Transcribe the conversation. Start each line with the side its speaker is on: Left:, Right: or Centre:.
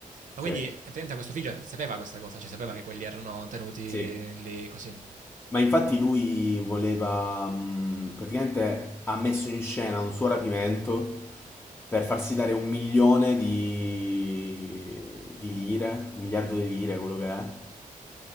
Right: Ma
Left: Sì.
Right: quindi effettivamente questo figlio sapeva questa cosa, cioè sapeva che quelli erano tenuti
Left: Sì,
Right: lì così.
Left: ma infatti lui voleva, mh, praticamente ha messo in scena un suo rapimento per farsi dare un milione di, di lire, un miliardo di lire, quello che è,